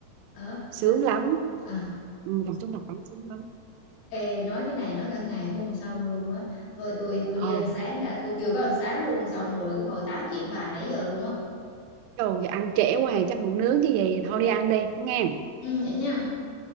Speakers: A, on the left; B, on the right.
A: ờ
B: sướng
A: sao sao
B: lắm
A: Ờ.
B: ừ, còn trong đọc lắm sướng lắm
A: Ê, nói cái này nói cả ngày cũng không xong luôn á thôi tôi tôi đi
B: ờ
A: ăn sáng đã tôi chưa có ăn sáng luôn xong rồi cứ ngồi tám chuyện bà nãy giờ luôn á
B: đồ giờ ăn trễ hoài chắc ngủ nướng chứ gì thôi đi ăn đi nghe
A: ừ vậy nha